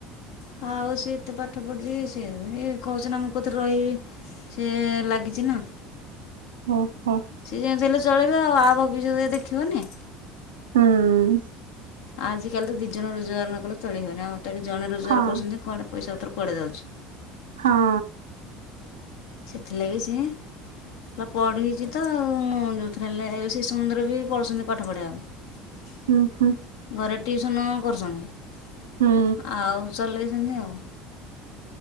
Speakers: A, on the left; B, on the right.
A: ହଁ ଆଉ ସିଏ ଏତେ ପାଠ ପଢ଼ିଛି, ସିଏ ବି କହୁଛି ନା ମୁଁ କୋଉ ଥିରେ ରହିବି। ସେ ଲାଗିଛି ନା।
B: ଓ ହୋ।
A: ସିଏ ଯେମିତି ହେଲେ ଚଳିବ ଆଉ, ଆ ଭବିଷ୍ୟତ ଇଏ ଦେଖିବନି।
B: ହୁଁ।
A: ଆଜିକାଲି ତ ଦୁଇ ଜଣ ରୋଜଗାର ନ କଲେ ଚଳି ହଏନି ଆମର ତ ଏଠି ଜଣ ରୋଜଗାର
B: ହଁ
A: କରୁଛନ୍ତି କୁଆଡେ ପଇସା ପତ୍ର କୁଆଡ଼େ ଯାଉଛି।
B: ହଁ।
A: ସେଥିଲାଗି ସିଏ, ହେଲା ପଢୀଛି ତ ଆ ମୁଁ ଯୋଉ ଥରେ ହେଲେ ଏବେ ଶିଶୁମନ୍ଦିର ବି ପଳଉଛନ୍ତି ପାଠ ପଢେଇବାକୁ।
B: ହୁଁ ହୁଁ
A: ଘରେ ଟିଉସନ୍ କରୁଛନ୍ତି,
B: ହୁଁ।
A: ଆଉ ଚଲେଇଛନ୍ତି ଆଉ।